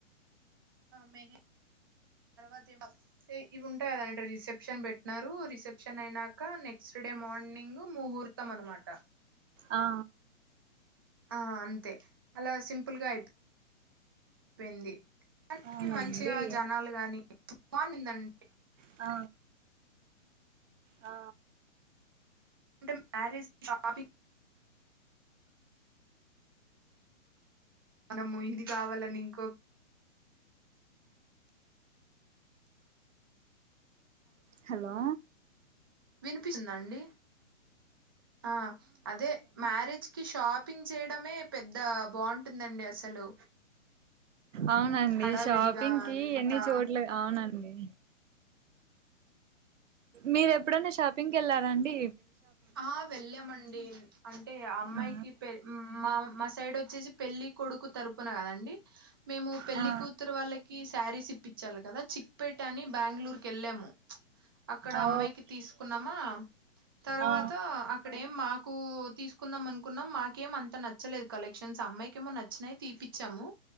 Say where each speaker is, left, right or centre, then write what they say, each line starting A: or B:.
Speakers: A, on the right; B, on the right.
A: ఆ మెహె తర్వాత ఇవస్ ఇ ఇవుంటాయ్ గద అంటె రిసెప్షన్ పెట్టినారు రిసెప్షన్ అయినాక నెక్స్ట్ నెక్స్ట్ డే మార్నింగ్ ముహూర్తం అనమాట
B: ఆ ఆ
A: ఆహ్ అంతే అలా సింపుల్ గా అయిప్ పైంది కని
B: అవునండి
A: మంచిగా జనాలు గాని బావుండిందన్
B: ఆ ఆ
A: అంటె మ్యారేజ్ షాపింగ్ మనము ఇది గవాలని ఇంకో
B: హలో
A: వినిపిస్తుందా అండి ఆ అదే మ్యారేజ్కి షాప్ పింగ్ చేయడమే పెద్ద బావుంటుందండి అసలు
B: అవునండి
A: హడావిడిగా
B: షాపింగ్ కి
A: అంతా
B: ఎన్ని చోట్ల అవునండి మీరెప్పుడన్న షాపింగ్కి ఎళ్లారా అండి
A: ఆహ్ వెళ్ళామండి అంటే అ అమ్మాయికి
B: ఆ
A: పె మ్ మా మా సైడ్ ఒచ్చేసి పెళ్లి కొడుకు తరుపున గదండి మేము పెళ్ళి
B: ఆ
A: కూతురు వాళ్ళకి శారీస్ ఇప్పించాలి గదా చిక్పేట అని బ్యాంగ్ళూర్ కి ఎళ్ళాము అక్కడ
B: ఓ
A: అమ్మాయికి తీసుకున్నామా తర్వాత
B: ఆ
A: అక్కడేం మాకు తీసుకుందాం అనుకున్నం మాకేం అంత నచ్చలేదు కలెక్షన్స్ అమ్మాయికి ఏమో నచ్చినయి తీపిచ్చాం ము